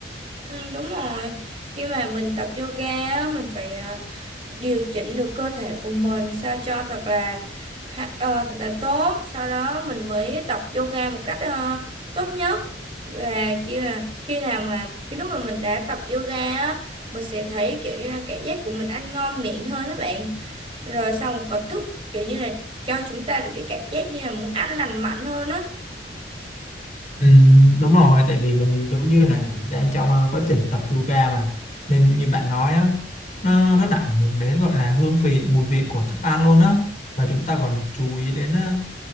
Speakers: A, on the right (about 30°); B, on the left (about 45°).
A: ừ, đúng rồi khi mà mình tập yoga á mình phải à, điều chỉnh được cơ thể của mình sao cho thật là ha- ờ, thật là tốt sau đó mình mới tập yoga một cách ờ, tốt nhất và kiểu là khi nào mà cái lúc mà mình đã tập yoga á mình sẽ thấy kiểu như là cảm giác của mình ăn ngon miệng hơn đó bạn rồi xong còn thức kiểu như là cho chúng ta được cái cảm giác như là muốn ăn lành mạnh hơn á
B: Ừ, đúng rồi, tại vì mình giống như là mình đang trong ờ, quá trình tập yoga mà nên như bạn nói á, nó rất là ảnh hưởng đến gọi là hương vị, mùi vị của thức ăn luôn á và chúng ta còn chú ý đến ờ,